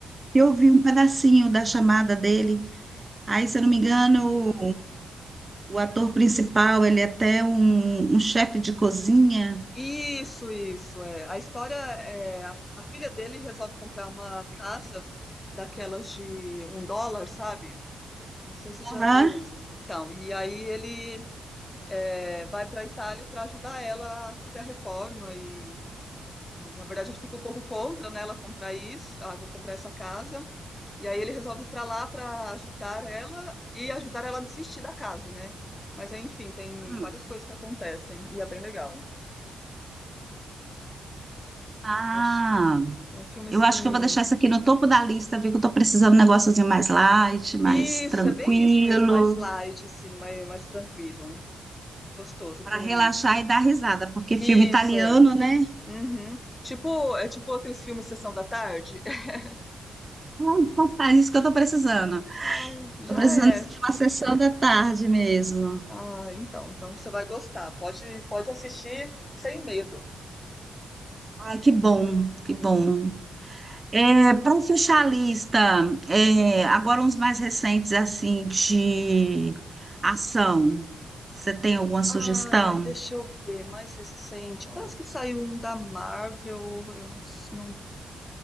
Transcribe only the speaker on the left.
Uhum.
Isso, isso, é. A história é, a, fi- a filha dele resolve comprar uma casa daquelas de um dólar, sabe? Não sei se você já
viu. Então, e aí ele é, vai para a Itália para ajudar ela a fazer a reforma e E, na verdade, ele fica um pouco contra, né, ela comprar isso, ela comprar essa casa. E aí ele resolve ir pra lá pra ajudar ela e ajudar ela a desistir da casa, né? Mas enfim, tem
várias coisas que acontecem e é bem legal.
Eu acho. É um filme assim.
Isso,
é bem isso mesmo, mais light, assim, mais, mais tranquilo. Gostoso
pra um.
Isso,
é.
Uhum. Tipo, é tipo aqueles filmes Sessão da Tarde. <laughs>
Ai, já
é.
Ah, então, então você vai gostar. Pode, pode assistir sem medo.
Ai, deixa eu ver, mais recente. Parece que saiu um da Marvel, eu não, s- não,